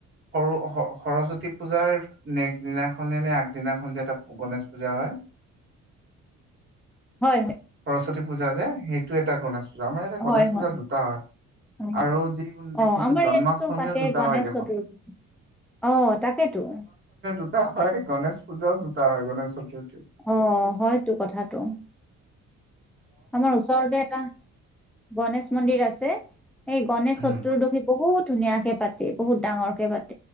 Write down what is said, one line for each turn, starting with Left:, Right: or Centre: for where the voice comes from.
Right: সৰু সৰ-সৰস্বতী পূজাৰ নেক্সট দিনাখনে নে আগদিনাখন যে এটা গনেশ পূজা হয়।
Centre: হয়, হয়।
Right: সৰস্বতী পূজা যে, সেইটো এটা গণেশ পূজা, আমাৰ ইয়াতে গণেশ
Centre: হয়,
Right: পূজা
Centre: হয়,
Right: দুটা হয়।
Centre: অ',
Right: আৰু যি দেখিছো
Centre: অ', আমাৰ
Right: জন্মাষ্টমীও
Centre: ইয়াততো পাতে
Right: দুটা
Centre: গণেশ
Right: হয় দেখোন
Centre: চতুৰ্থী অ', তাকেইটো।
Right: <unintelligible> হয় গণেশ পূজাওঁ দুটা হয়, গণেশ চতুৰ্থীওঁ।
Centre: অ', হয়তো কথাটো, আমাৰ ওচৰতে এটা গণেশ মন্দিৰ আছে। এই গনেশ
Right: উম
Centre: চতুৰ্দশী বহুত ধুনীয়াকে পাতে, বহুত ডাঙৰকে পাত